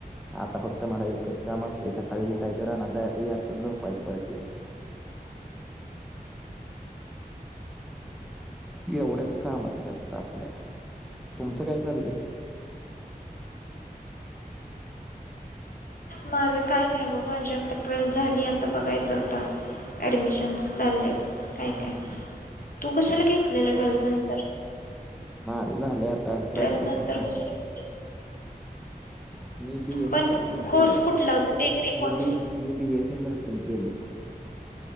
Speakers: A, in the centre; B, on the left.
A: आता फक्त मला एकच काम असत सकाळी उठायचं रानात जायचं याच झोपाय परत दिवसभर एवढ्याच काम आहेित आता आपल्याला तुमचं काय चाललंय
B: माझं काय नाही बाबा याच्यानंतर ट्वेल्थ झाली आता बघायचं होता ऍडमिशन्स चाललेय काय
A: हम्म
B: काय तू कशाला घेतलेलं ट्वेल्थ नंतर?
A: झालय आता ग्रॅजुएशन
B: ट्वेल्थ नंतर
A: कंप्लीट
B: कशाला घेतली
A: <unintelligible> मी बीएसी
B: पण
A: नर्सिंग
B: कोर्स
A: केलंय
B: कुठला होता डिग्री
A: मी
B: कोठली
A: बी मी बीएसी नर्स सं केले